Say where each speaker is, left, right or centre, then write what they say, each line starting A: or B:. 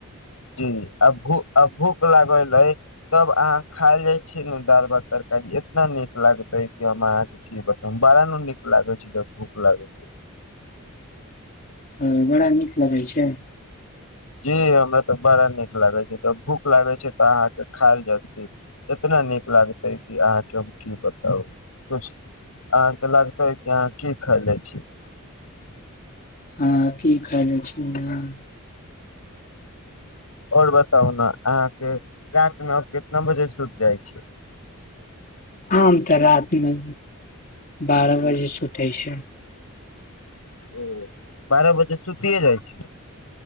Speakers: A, on the left; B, on the left.
A: जी आब भू अ भूख लागल ए तब अहाँ खाय लय छीनु दालि भात तरकारी इतना नीक लागतै कि हम अहाँके कि बताउ बारा नु नीक लागे छै त भूख लागे छै
B: हुँ बड़ा नीक लगै छै
A: जी हमरा तऽ बड़ा नीक लागे छै जब भूख लागे छै तऽ अहाँके खायल जकती इतना नीक लागतै कि अहाँके हम की बताउ पूछ अहाँके लगते कि अहाँ की खायले छी
B: हँ की खाइने छी न
A: आओर बताउ ने अहाँ के राति मे आब कितना बजे सुति जाइ छी
B: आम तऽ राति मे बारह बजे सुतय छी
A: ओ बारह बजे सुतिए जाइ छी